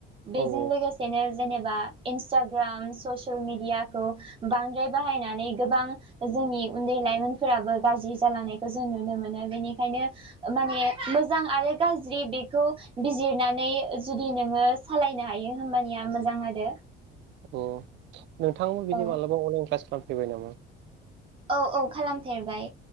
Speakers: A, on the right; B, on the right.
A: बेजों
B: औ
A: लोगोसेनो जेनेबा इनस्टाग्राम ससियेल मेडियाखौ बांद्राय बाहायना नै गोबां जोंनि उन्दै लाइमोनफोराबो गाज्रि जालांनायखौ जों नुनो मोनो बेनिखायनो माने मोजां आरो गाज्रि बेखौ बिजिरनानै जुदि नोङो सालायनो हायो होमबानिया मोजां आरो।
B: अ नोंथाङाबो बिदि
A: औ
B: मालाबा अनलाइन क्लास खालामफैबाय नामा?
A: औ औ खालामफेरबाय